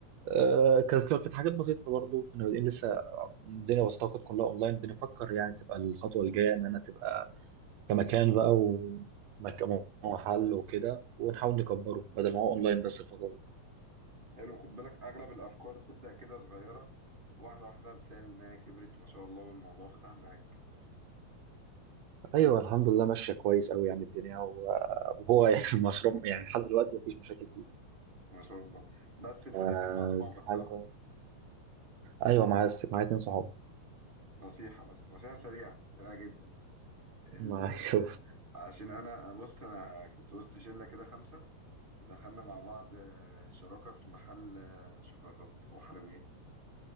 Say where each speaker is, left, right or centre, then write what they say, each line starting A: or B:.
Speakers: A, on the right; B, on the right.
A: آه، كانت كانت حاجات بسيطة برضو كنا بادئين لسه الدنيا بسيطة كانت كلها أونلاين بنفكر يعني تبقى الخطوة الجاية إن أنا تبقى كمكان بقى ومكان ومحل وكده ونحاول نكبره بدل ما هو أونلاين بس الفترة دي
B: حلو خد بالك اغلب الافكار بتبدا كده صغيره واحده واحده بتلاقي انها كبرت ما شاء الله والموضوع فتح معاك
A: أيوه الحمد لله ماشية كويس أوي يعني الدنيا و- وهو
B: ما شاء
A: يعني
B: الله
A: <laughs> المشروع يعني لحد دلوقتي مفيش مشاكل فيه
B: ما شاء الله بس انت
A: آه،
B: داخل مع اصحابك
A: كانت
B: صح
A: حاجة كويسة أيوه معايا معايا اتنين صحاب
B: نصيحه بس نصيحه سريعه سريعه جدا ال...
A: معايا
B: آه،
A: <laughs>
B: عشان انا انا بص انا كنت وسط شله كده خمسه ودخلنا مع بعض آه، شراكه في محل آه، شوكولاتات وحلويات